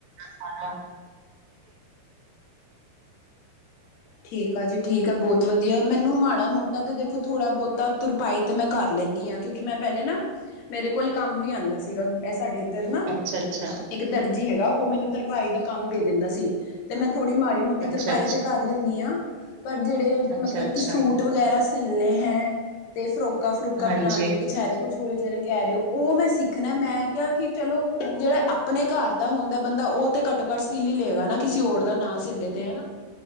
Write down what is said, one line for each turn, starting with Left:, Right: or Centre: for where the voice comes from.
Right: ਸਾਰਾ
Left: ਠੀਕ ਆ ਜੀ ਠੀਕ ਹੈ ਬਹੁਤ ਵਧੀਆ ਮੈਨੂੰ ਮਾੜਾ ਮੋਟਾ ਤੇ ਦੇਖੋ ਥੋੜਾ ਬਹੁਤਾ ਤੁਰਪਾਈ ਤੇ ਮੈ ਕਰ ਲੈਂਦੀ ਹਾਂ ਕਿਉਂਕਿ ਮੈਂ ਪਹਿਲੇ ਨਾ, ਮੇਰੇ ਕੋਲ ਕੰਮ ਵੀ ਆਉਂਦਾ ਸੀਗਾ ਸਾਡੇ ਇੱਧਰ ਨਾ
Right: ਅੱਛਾ ਅੱਛਾ
Left: ਇੱਕ ਇੱਕ ਦਰਜੀ ਹੈਗਾ ਉਹ ਮੈਨੂੰ ਤਰਪਾਈ ਦਾ ਕੰਮ ਦੇ ਦਿੰਦਾ ਸੀ, ਤੇ ਮੈਂ ਥੋੜੀ ਮਾੜੀ ਮੋਟੀ
Right: ਅੱਛਾ
Left: ਤਰਪਾਈ
Right: ਅੱਛਾ
Left: ਤੇ ਕਰ ਪਰ ਜਿਹੜੇ
Right: ਅੱਛਾ
Left: ਮਤਲਬ
Right: ਅੱਛਾ
Left: ਕਿ ਸੂਟ ਵਗੈਰਾ ਸਿਲਣੇ ਹੈ ਤੇ ਫਰੋਕਾ- ਫਰੂਕਾ
Right: ਹਾਂਜੀ
Left: ਬਣਾਨੀ, ਕਛਹਿਰੇ ਕਛੂਰੇ ਜਿਹੜੇ ਕਹਿ ਰਹੇ ਓ ਉਹ ਮੈਂ ਸਿੱਖਣਾ ਮੈਂ ਕਿਹਾ ਕਿ ਚਲੋ ਜਿਹੜਾ ਆਪਣੇ ਘਰ ਦਾ ਹੁੰਦਾ ਬੰਦਾ ਉਹ ਤੇ ਘੱਟੋ-ਘੱਟ ਸੀਲ ਹੀ ਲਏਗਾ ਨਾ ਕਿਸੇ ਹੋਰ ਦਾ ਨਾਂ ਸੀਲੇ ਤੇ ਹਨਾ